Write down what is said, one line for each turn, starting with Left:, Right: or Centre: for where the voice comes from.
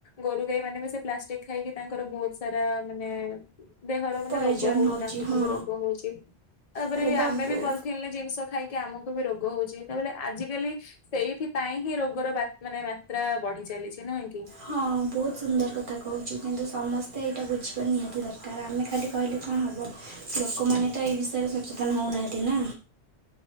Left: ଗୋରୁ ଗାଈ ମାନେ ବି ସେ ପ୍ଲାଷ୍ଟିକ୍ ଖାଇକି ତାଙ୍କର ବହୁତ୍ ସାରା ମାନେ ଦେହର ମାନେ
Right: ପୟଜନ
Left: ରୋଗ ହଉଚି
Right: ହେଉଛି
Left: ତାଙ୍କୁ
Right: ହଁ
Left: ସବୁ ରୋଗ ହଉଚି, ତାପରେ
Right: ଆରେ
Left: ବି
Right: ବାବୁ।
Left: ଆମେ ବି ପଲିିଥିନ୍ ରେ ଜିନିଷ ଖାଇକି ଆମକୁ ବି ରୋଗ ହଉଚି <unintelligible> ଆଜିିକାଲି ସେଇଥିପାଇଁ ହିଁ ରୋଗର ବା ମାତ୍ରା ବଢି ଚାଲିଚି ନୁହେଁ କି?
Right: ହଁ ବହୁତ୍ ସୁନ୍ଦର୍ କଥା କହୁଚୁ କିନ୍ତୁ ସମସ୍ତେ ଏଇଟା ବୁଝିବା ନିହାତି ଦରକାର, ଆମେ ଖାଲି କହିଲେ କଣ ହବ। ଲୋକମାନେ ତ ଏଇ ବିଷୟରେ ସଚେତନ ହଉନାହାନ୍ତି ନା।